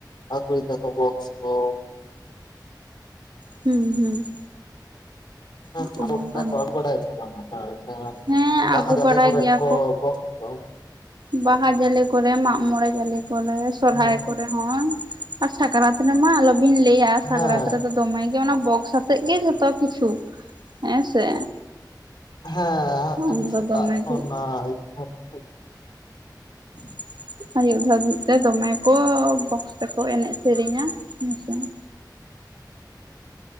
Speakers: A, on the left; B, on the right.
A: ᱟᱹᱜᱩᱭ ᱫᱟᱠᱚ ᱵᱚᱠᱥ ᱠᱚ
B: ᱦᱩᱸ ᱦᱩᱸ
A: ᱦᱮᱸ
B: ᱦᱚᱜᱼᱚ
A: ᱛᱚ
B: ᱱᱚᱝᱠᱟᱱ
A: ᱚᱝᱠᱟ ᱠᱚ <unintelligible> ᱵᱟᱲᱟᱭᱮᱫ ᱛᱟᱦᱮᱸᱱᱟ <unintelligible>
B: ᱦᱮᱸ
A: ᱵᱟᱦᱟ
B: ᱟᱹᱜᱩ
A: ᱡᱟᱞᱮ
B: ᱵᱟᱲᱟᱭ
A: ᱠᱚᱨᱮ
B: ᱜᱮᱭᱟ
A: ᱠᱚ ᱵᱚᱠᱥ ᱠᱚ
B: ᱵᱟᱦᱟ ᱡᱟᱞᱮ ᱠᱚᱨᱮ ᱢᱟᱜ ᱢᱚᱬᱮ ᱡᱟᱞᱮ ᱠᱚᱨᱮ ᱥᱚᱨᱦᱟᱭ
A: ᱦᱮᱸ
B: ᱠᱚᱨᱮ ᱦᱚᱸ ᱟᱨ ᱥᱟᱠᱨᱟᱛ ᱨᱮᱢᱟ ᱟᱞᱚᱵᱤᱱ ᱞᱟᱹᱭᱟ
A: ᱦᱮᱸ
B: ᱥᱟᱠᱨᱟᱛ
A: ᱦᱮᱸ
B: ᱨᱮᱫᱚ ᱫᱚᱢᱮ ᱜᱮ ᱚᱱᱟ ᱵᱚᱠᱥ ᱟᱛᱮᱜ ᱜᱮ ᱡᱷᱚᱛᱚ ᱠᱤᱪᱷᱩ ᱦᱮᱸ ᱥᱮ
A: ᱦᱮᱸ ᱦᱟᱸᱜ ᱠᱷᱟᱱ
B: ᱩᱱᱫᱚ
A: ᱥᱮᱛᱟᱜ
B: ᱫᱚᱢᱮ
A: ᱠᱷᱚᱱ
B: ᱜᱮ
A: ᱟᱹᱭᱩᱵ ᱫᱷᱟᱹᱵᱤᱡ
B: <inaudible> ᱟᱹᱭᱩᱵ ᱫᱷᱟᱹᱵᱤᱡ ᱛᱮ ᱫᱚᱢᱮ ᱠᱚ ᱵᱚᱠᱥ ᱛᱮᱠᱚ ᱮᱱᱮᱡ ᱥᱮᱨᱮᱧᱟ ᱦᱮᱸ ᱥᱮ